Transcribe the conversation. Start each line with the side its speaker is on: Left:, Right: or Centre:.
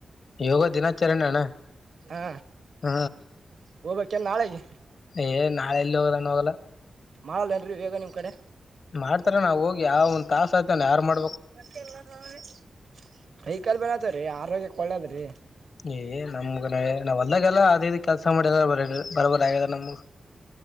Left: ಯೋಗ ದಿನಾಚರಣ ಅಣ್ಣ
Right: ಹಾ
Left: ಹ
Right: ಹೋಗ್ಬೇಕೇನ್ ನಾಳೆಗೆ
Left: ಏ ನಾಳೆ ಎಲ್ಲಿ ಹೋಗ ನ್ನೂ ಹೋಗಲ್ಲ.
Right: ಮಾಡಲ್ಲೇನ್ರೀ ಇದೆಲ್ಲಾ ನಿಮ್ ಕಡೆ?
Left: ಮಾಡ್ತಾರ ನಾವ್ ಹೋಗಿ ಯಾವ ಒಂದ್ ತಾಸ ಆಯತನ ಯಾರ ಮಾಡ್
Right: ಕೈಕಾಲ ಬ್ಯಾನ್ ಆಯ್ತಾವ್ರಿ ಆತ್ ಆರೋಗ್ಯಕ್ ಒಳ್ಳೇದ್ರೀ.
Left: ಏ ನಮ್ಗ ನಾವ್ ಹೋಲ್ದಾಗೆಲ್ಲಾ ಕೆಲಸ ಮಾಡ ಒಡ್ಯಾಡ್ ಬರೋಬ್ಬರ್ ಆಗ್ಯದ ನಮ್ಗ